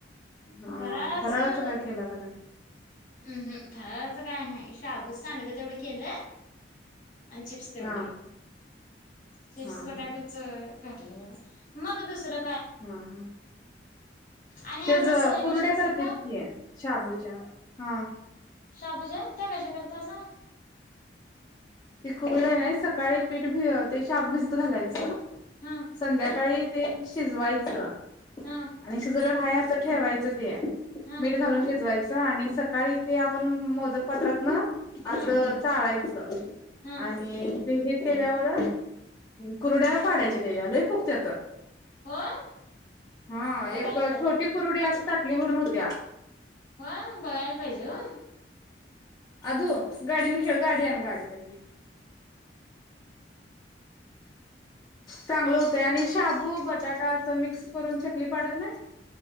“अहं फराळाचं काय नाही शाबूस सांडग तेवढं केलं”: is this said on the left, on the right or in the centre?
Left